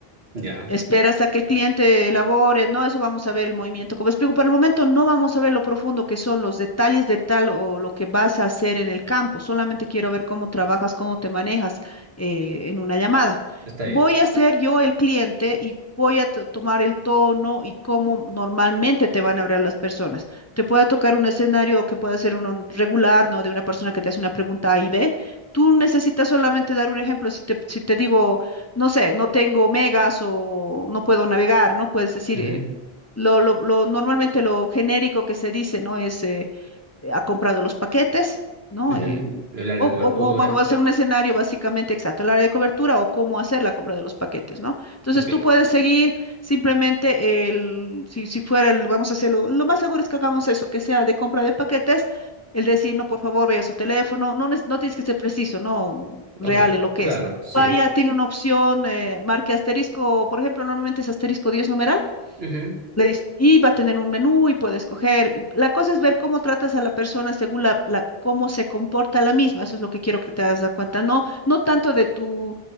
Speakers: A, on the right (about 75°); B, on the left (about 20°).
A: Ya.
B: Espera hasta que el cliente elabore, no, eso vamos a ver el movimiento. Como explico, por el momento no vamos a ver lo profundo que son los detalles de tal o lo que vas a hacer en el campo. Solamente quiero ver cómo trabajas, cómo te manejas eh, en una llamada.
A: Está
B: Voy
A: bien.
B: a ser yo el cliente y voy a to- tomar el tono y cómo normalmente te van a hablar las personas. Te puede tocar un escenario que puede ser uno regular, ¿no? De una persona que te hace una pregunta A y B. Tú necesitas solamente dar un ejemplo. Si te, si te digo no sé, no tengo megas o no puedo navegar, ¿no? Puedes decir,
A: Ujú,
B: eh, lo, lo- lo- normalmente lo genérico que se dice, ¿no? Es, eh, eh, ha comprado los paquetes, ¿no?
A: ujú.
B: Eh,
A: El área
B: o,
A: de cobertura.
B: o- o vamos a hacer un escenario básicamente exacto, el área de cobertura o cómo hacer la compra de los paquetes, ¿no? Entonces
A: Ok,
B: tú puedes seguir simplemente el, si, si fuera el, vamos a hacerlo, lo más seguro es que hagamos eso, que sea de compra de paquetes, el decir, no, por favor, vaya a su teléfono, no, nes- no tienes que ser preciso, ¿no? Real
A: ok.
B: en lo que
A: Claro,
B: es.
A: sí.
B: Vaya, tiene una opción, eh, marque asterisco, por ejemplo, normalmente es asterisco 10 numeral
A: Ujú.
B: le dices, y va a tener un menú y puede escoger. y La cosa es ver cómo tratas a la persona según la, la- cómo se comporta la misma. Eso es lo que quiero que te das cuenta. No, no tanto de tu